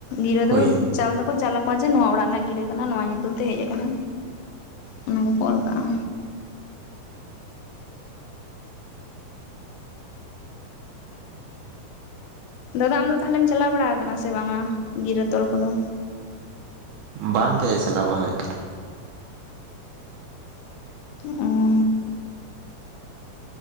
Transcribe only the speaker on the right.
ᱦᱳᱭ
ᱵᱟᱝ ᱜᱮ ᱪᱟᱞᱟ ᱵᱟᱝ ᱦᱳᱭᱳᱜ᱾